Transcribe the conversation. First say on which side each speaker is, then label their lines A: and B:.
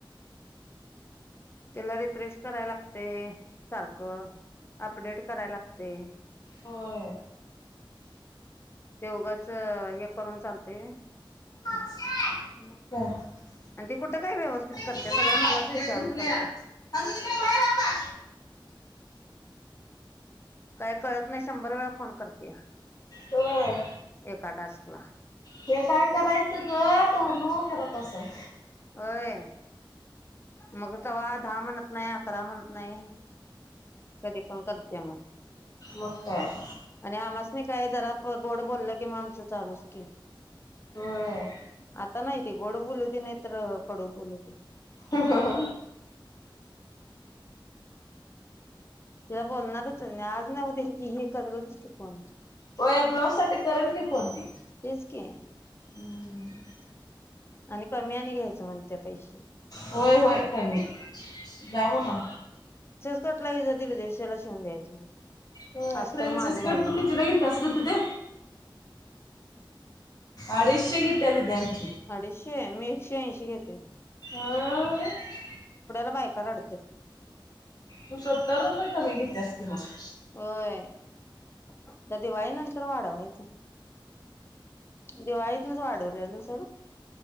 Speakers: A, on the left; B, on the left.
A: त्याला रिफ्रेश कराय लागते सारखं अपडेट कराय लागते
B: होय
A: ते उघंच हे करून चालते व्हय.
B: मग <unintelligible>
A: आणि ते कुठे काय व्यवस्थित करत्या
B: काय
A: सगळ मलाच विचारून
B: ए झोपल्या
A: करत्या.
B: हजू तिकडे बाहेर आता
A: काय कळत नाही शंभर वेळा फोन करत्या.
B: होय
A: एका टास्कला
B: हे काय करायचं गं धनु करत असलं.
A: होय मग तेव्हा दहा म्हणत नाही अकरा म्हणत नाही कधी पण करत्यात मग.
B: मस्त यं.
A: आणि आम्हासनी काय जरा प गोड बोललं कि म आमचं चालू की
B: होय
A: आता नाही ती गोड बोलू दे नाहीत <inaudible>
B: ह ह ह
A: तिला बोलणारचं आणि आज ना उद्या ही हे करलच की फोन.
B: होय ब्लाउज साठी करल की फोन ती.
A: तेच की.
B: <unintelligible>
A: आणि कमी आणि घ्यायचं म्हणत्या पयशे.
B: होय होय कमी जाउ ना?
A: तोटला हीच दीड दीडश्याला शिवून द्यायचं.
B: होय
A: अस्तर
B: प्रेन्सेस
A: माझं घालून
B: कट तू कितीला घेतलास गं दीदे? अडीचशे घेत्या दिदेआणि
A: अडीशे मी शे ऐंशी घेतोय.
B: <unintelligible>
A: बायका रडत्यात
B: तू सत्तर रुपये कमी घेतेसत्यास कि मग.
A: होय. आता दिवाळी नंतर वाढवायचं. दिवाळीतनच वाढवल्याल सोड.